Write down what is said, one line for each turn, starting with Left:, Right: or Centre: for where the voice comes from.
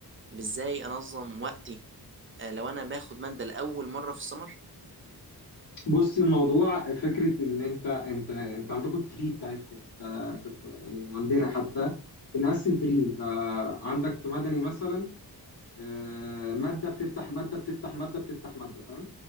Right: بازاي انظم وقتي آه لو انا باخد مادة لأول مرة في السمر
Left: بص الموضوع فكرة إن أنت أنت أنت عندكم التري بتاعتكم ك- ك- يعني
Right: مم.
Left: عندنا حتى بنقسم تري أنت عندك في مدني مثلا آه، مادة بتفتح مادة بتفتح مادة بتفتح مادة فاهم؟